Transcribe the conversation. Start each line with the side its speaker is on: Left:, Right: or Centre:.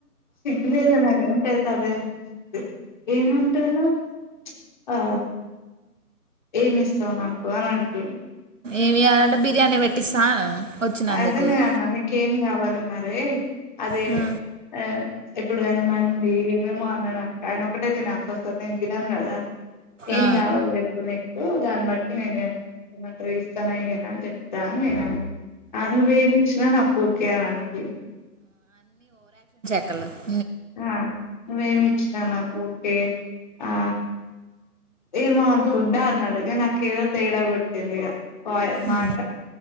Left: సిగలేద నానకైతు అదే అంత ఏమంటుండు ఆ ఏమి ఇస్తావు నాకు అని అంటు
Right: ఏమియాలంటే బిర్యానీ పెట్టిస్తాను వచ్చినందుకు
Left: అదే నేను అన్న నీకేం కావాలి అ అదే
Right: ఆ,
Left: ఆ ఇప్పుడు ఆయన మండి ఏమేమో అన్నాడు అంట, ఆయన ఒకటే తినాల్సి వస్తుంది నేను తినను కదా ఏం
Right: ఆ,
Left: కావాలి చెప్పు నీకు దాన్ని బట్టి నేను ఎ ఏమంటారు ఇస్తాన ఏనా చెప్తా అని నేను అ ఆ నువ్వేమి ఇచ్చినా నాకు ఓకే అనికి
Right: అల
Left: ఆ నువ్వేమి ఇచ్చినా నాకు ఓకే ఆ ఏమో అనుకు నాడుగ నా కేద తేడాబడ్తంద ఇగా పోయ మాట
Right: ఆ,